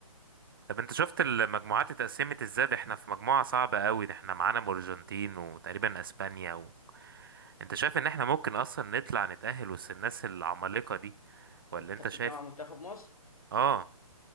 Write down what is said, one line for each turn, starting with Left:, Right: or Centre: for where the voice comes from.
Right: طب انت شفت المجموعات اتقسمت ازاي ده احنا في مجموعة صعبة قوي ده احنا معانا الارجنتين وتقريبا اسبانيا و... انت شايف ان احنا ممكن اصلا نطلع نتأهل وسط الناس العمالقة دي ولا
Left: انت
Right: انت
Left: بتتكلم
Right: شايف
Left: عن منتخب مصر
Right: اه